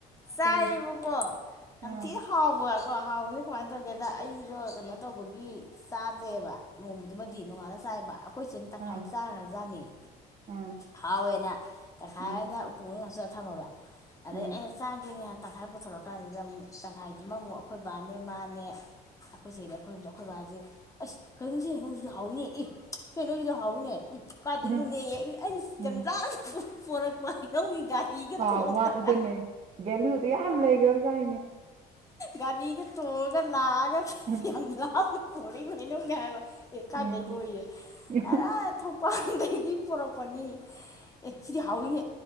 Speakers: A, on the left; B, on the right.
A: ꯆꯥꯏꯑꯕꯀꯣ
B: ꯀꯔꯤ ꯎꯝ
A: ꯌꯥꯝ ꯊꯤ ꯍꯥꯎꯕꯀꯣ ꯍꯥꯎꯕ ꯁꯦ ꯀꯃꯥꯏ ꯀ ꯇꯧꯒꯦꯗ ꯑꯩꯗꯣ ꯀꯩꯅꯣ ꯇꯧꯕꯒꯤ ꯆꯥꯗꯦꯕ ꯅꯣꯡꯃꯗꯨꯃꯗꯤ ꯅꯣꯡꯉꯥꯜꯅ ꯆꯥꯏꯕ ꯑꯩꯈꯣꯏꯁꯤꯅ ꯇꯪꯈꯥꯏ
B: ꯎꯝ
A: ꯑꯃ ꯆꯥꯈ꯭ꯔꯖꯥꯠꯅꯤ
B: ꯎꯝ
A: ꯍꯥꯎꯋꯦꯅ ꯇꯪꯈꯥꯏ
B: ꯎꯝ
A: ꯑꯃꯗ ꯄꯨ ꯉꯥꯛꯁꯜꯂꯥ ꯊꯝꯃꯕ ꯑꯗꯩ
B: ꯎꯝ
A: ꯑꯩ ꯆꯥꯒꯦꯅꯦ ꯇꯪꯈꯥꯏ ꯄꯨꯊꯣꯔꯛꯑ ꯀꯥꯟꯁꯤꯗ ꯑꯃꯨꯛ ꯇꯪꯈꯥꯏꯗꯨꯃ ꯑꯃꯨꯛ ꯑꯩꯈꯣꯏ ꯕꯥꯅꯦ ꯃꯥ ꯑꯩꯈꯣꯏ ꯆꯦꯗ ꯑꯩꯈꯣꯏ ꯍꯨꯝꯁꯦ ꯑꯩꯈꯣꯏ ꯕꯥꯁꯦ ꯑꯁ ꯀꯔꯤꯅꯣ ꯁꯤ ꯍꯩꯅꯧꯁꯤꯗꯤ ꯍꯥꯎꯏꯅꯦ ꯏ ꯁꯤ ꯍꯩꯅꯧꯁꯤꯗꯤ ꯍꯥꯎꯏꯅꯦ ꯎꯝ ꯀꯥꯏꯗꯣꯏꯅꯣꯅꯦ
B: ꯎꯝ
A: ꯑꯩꯅ
B: ꯎꯝ
A: ꯆꯖꯥꯅ ꯄꯣꯔꯛꯄ ꯍꯩꯅꯧꯅꯤ ꯒꯔꯤꯒ
B: ꯑꯥꯎ
A: ꯊꯣꯡꯉꯒꯥ
B: ꯃꯥ ꯑꯗꯨꯅꯦ ꯚꯦꯂꯨꯗꯣ ꯌꯥꯝ ꯂꯩꯒꯔꯕꯖꯥꯅꯤꯅꯦ
A: ꯒꯥꯔꯤꯒ ꯇꯣꯡꯉꯥꯒ ꯂꯥꯑꯒ
B: <unintelligible>
A: ꯌꯥꯝ ꯂꯥꯞꯅ ꯄꯣꯔꯛꯏꯕ ꯍꯩꯅꯧꯅꯦ ꯍꯥꯏꯕ ꯑꯦ ꯀꯥꯏꯗꯩꯅꯣꯌꯦ
B: ꯎꯝ ꯎꯝ
A: <unintelligible> ꯟꯗꯒꯤ ꯄꯣꯔꯛꯄꯅꯤ ꯑꯦ ꯁꯤꯗꯤ ꯍꯥꯎꯏꯅꯦ